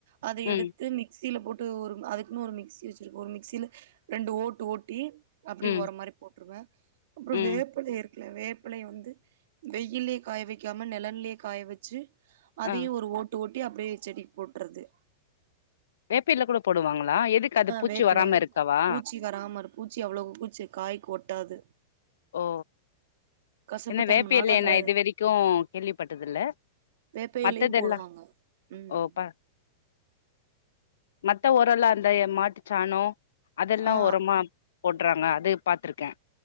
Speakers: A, on the right (about 55°); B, on the left (about 90°).
A: அத
B: ம்
A: எடுத்து மிக்ஸ் க்சில போட்டு ஒரு அதுக்குன்னு ஒரு மிக்ஸ்சி வச்சிருக்க ஒரு மிக்ஸ்சில ரெண்டு ஓட்டு ஓட்டி அப்படி
B: ம்
A: ஓர மாரி போட்டுருவே ஆ அப்புறோ
B: ம்
A: வேப்பல இருக்கு வேப்பிலைய வந்து வெயிலயே காய வைக்காம நெலல்லேயே காய வச்சு அதையு
B: ஆ
A: ஒரு ஓட்டு ஓட் சுட்டி அப்படியே செடிக்கு போட்டுறது
B: வேப்பில கூட போடுவாங்களா எதுக்கு அது பூச்சி
A: வேப்பிலைய
B: வராம இருக்காவா
A: பூச்சி வராம இரு பூச்சி அவ்வளோ பூ பூச்சி காய்க்கு ஒட்டாது
B: ஓ
A: கசப்புத்தன்மனால
B: என்ன வேப்ப எலைய
A: அதுல
B: நா இது வரைக்கு கேள்விப்பட்டதில்ல
A: வேப்ப
B: மத்ததெல்லா
A: இலையு போடுவாங்க ம்
B: ஓ பா மத்த ஒரல்லா அந்த ஏ மாட்டுச்சாணோ அதெல்லா
A: ஆ
B: ஒரமா போட்றாங்க டு பாத்திருக்கே